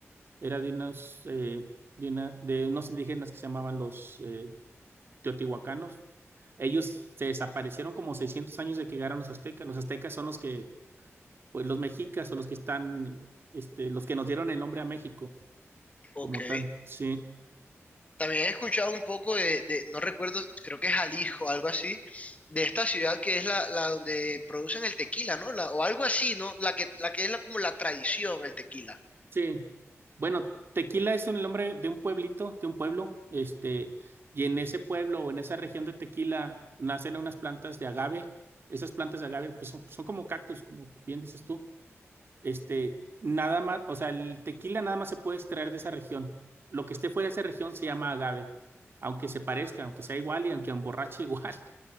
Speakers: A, on the right; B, on the left.
A: era de unos, eh, de una- de unos indígenas que se llamaban los eh, teotihuacanos. Ellos se desaparecieron como 600 años de que llegaron los aztecas. Los aztecas son los que, pues los mexicas o los que están, este, los que nos dieron el nombre a México
B: Ok.
A: como tal. Sí.
B: También he escuchado un poco de, de- no recuerdo, creo que es Jalisco, algo así, de esta ciudad que es la, la donde producen el tequila, ¿no? La- o algo así, ¿no? La que, la que es la, como la tradición, el tequila.
A: Sí. Bueno, Tequila es el nombre de un pueblito, de un pueblo, este, y en ese pueblo o en esa región de Tequila nacen unas plantas de agave. Esas plantas de agave, pues son, son como cactus, como bien dices tú. Este, nada más, o sea, el tequila nada más se puede extraer de esa región. Lo que esté fuera de esa región se llama agave, aunque se parezca, aunque sea igual y aunque emborrache igual. <laughs>